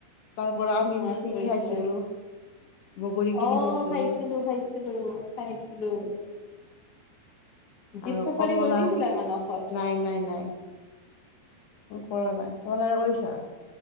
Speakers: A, on the left; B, on the left.
A: তাৰ পৰা আমি
B: মনত
A: দি ছিঙি
B: পৰিছে
A: খাইছিলোঁ বগৰী কিনি
B: অ
A: খাইছিলোঁ
B: খাইছিলো খাইছিলো খাইছিলো। জীপ
A: আৰু
B: চাফাৰী
A: কমলা
B: কৰিছিলা মানসত
A: নাই নাই নাই। কৰা নাই, তোমালোকে কৰিছা?